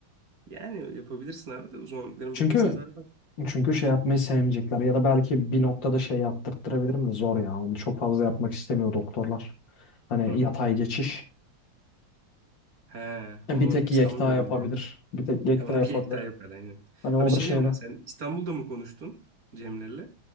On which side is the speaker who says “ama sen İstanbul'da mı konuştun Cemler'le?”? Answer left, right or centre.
Right